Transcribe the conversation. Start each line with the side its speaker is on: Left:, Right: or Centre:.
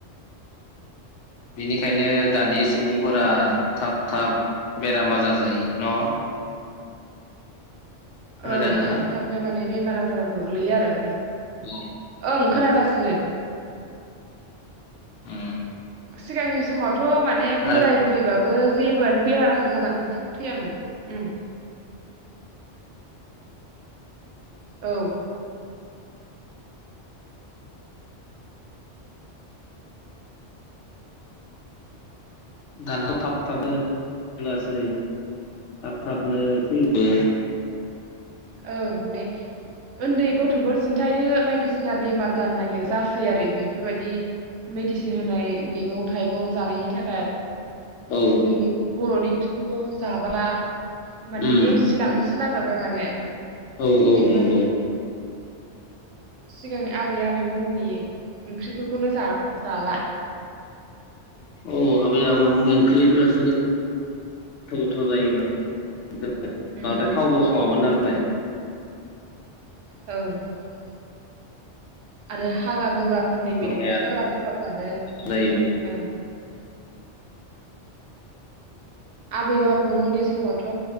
Left: बेनिखायनो दानि सुबुंफोरा थाब थाब बेराम आजार जायो न'? खोनादोंना
Right: औ थाब थाबनो माने बेमार आजाराव गोग्लैयो आरो माने
Left: औ
Right: ओं
Left: औ
Right: खोनागासिनो।
Left: उम
Right: सिगांनि समावथ' माने
Left: आरो
Right: बोराय बुरैबाबो जेबो बेमार आजार जानानै थ थैयामोन उम्म। औ।
Left: दाना थाब थाबनो <unintelligible> थाब थाबनो थैयो।
Right: ओं माने उन्दै गथ'फोर सिन्थायनो बायदिसिना बेमार जानो नागिर जासै आरो बेफोरबायदि मेडिसिन होनाय मैगं थाइगं जानायनि थाखाय
Left: औ
Right: जोंनि बर'नि <unintelligible> जाबोला माने
Left: उम
Right: नेवसिलांनोसो ना <unintelligible> माने
Left: औ औ
Right: बेफोर
Left: नंगौ
Right: सिगांनि आबै आबै मोननि ओंख्रिफोरखौनो जाला
Left: अ आबै आबौमोननि ओंख्रिफोरासो गोथाव गोथाव जायोमोन। बांद्राय
Right: उम
Left: थावबो सङामोन नालाय <unintelligible>
Right: औ आरो हाग्रा बंग्रा फोरनि
Left: बरहाया
Right: हाग्रा बंग्राफ्रानो
Left: जायोमोन
Right: ओ आबै आबौमोननि समावथ'